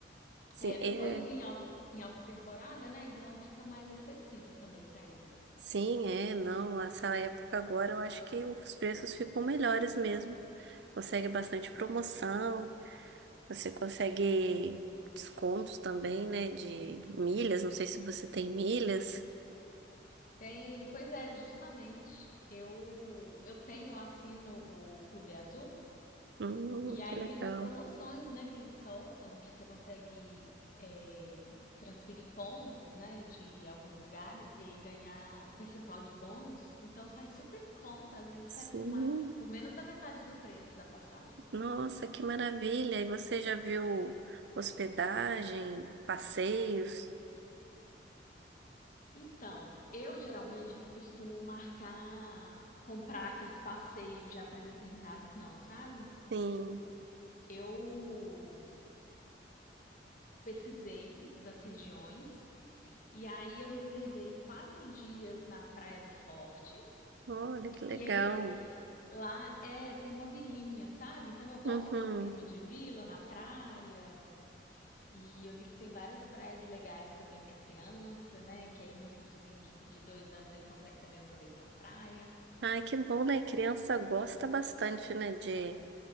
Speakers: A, on the right; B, on the left.
A: Sim,
B: É, não
A: é,
B: tô indo em alta, em alta temporada, né? Então fica mais acessível também pra ir.
A: sim, é, não, essa época agora eu acho que os preços ficam melhores mesmo. Consegue bastante promoção. Você consegue descontos também, né? De milhas. Não sei se você tem milhas.
B: Tenho, pois é, justamente. Eu eu tenho, assino o Clube Azul
A: Hum,
B: e aí
A: que legal.
B: tem umas promoções, né, que eles soltam que você consegue é, transferir pontos, né, de alguns lugares e aí ganhar um percentual de bônus. Então sai super em conta, às vezes
A: Sim.
B: sai por mais, por menos da metade do preço da passagem.
A: Nossa, que maravilha. E você já viu hospedagem, passeios?
B: Então, eu geralmente não costumo marcar, comprar aqueles passeios já predeterminados, não, sabe?
A: Sim.
B: Eu pesquisei das regiões e aí eu reservei quatro dias na Praia do Forte.
A: Olha, que legal.
B: E aí lá é tem uma vilinha, sabe? Então eu gosto
A: Uhum.
B: desse clima de vila na praia. E eu vi que tem várias praias legais também para criança, né? Que aí meu filhozinho de, de dois anos ele consegue também aproveitar a praia.
A: Ai, que bom, né? Criança gosta bastante, né? De,